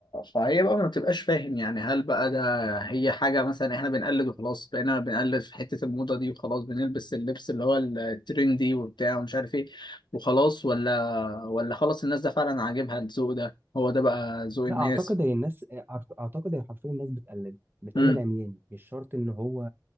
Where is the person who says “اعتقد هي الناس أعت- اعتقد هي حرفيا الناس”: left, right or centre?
Right